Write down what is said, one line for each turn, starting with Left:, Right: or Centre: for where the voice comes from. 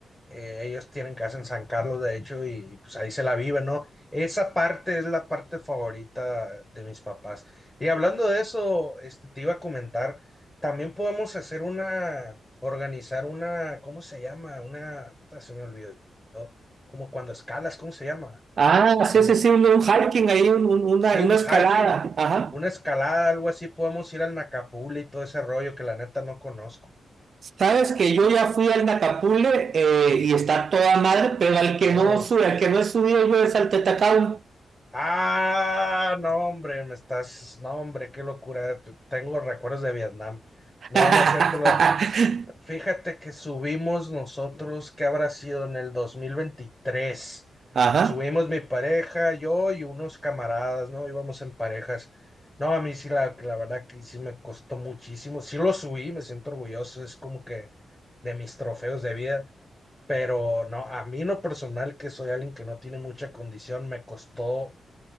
Left: eh, ellos tienen casa en San Carlos, de hecho, y pues ahí se la viven, ¿no? Esa parte es la parte favorita de mis papás. Y hablando de eso, este, te iba a comentar, también podemos hacer una, organizar una, ¿cómo se llama? Una, puta, se me olvidó, como cuando escalas, ¿cómo se llama?
Right: Ah, sí,
Left: Cuando,
Right: sí, sí, un, un hiking ahí, un- un- una,
Left: sí,
Right: una
Left: un
Right: escalada,
Left: hiking
Right: ajá.
Left: una escalada, algo así, podemos ir al Nacapula y todo ese rollo que la neta no conozco.
Right: Sabes que yo ya fui al Nacapule eh, y está toda madre, pero al que
Left: Uf.
Right: no sube, al que no he subido yo es al Tetacao.
Left: Ah, no, hombre, me estás. No, hombre, qué locura. Tengo recuerdos de Vietnam.
Right: <laughs>
Left: No, no es cierto. lo- Fíjate que subimos nosotros, ¿qué habrá sido en el dos mil veintitrés
Right: Ajá.
Left: Subimos mi pareja, yo y unos camaradas, ¿no? Íbamos en parejas. No, a mí sí, la, la verdad que sí me costó muchísimo. Sí lo subí, me siento orgulloso. Es como que de mis trofeos de vida. Pero no, a mí en lo personal, que soy alguien que no tiene mucha condición, me costó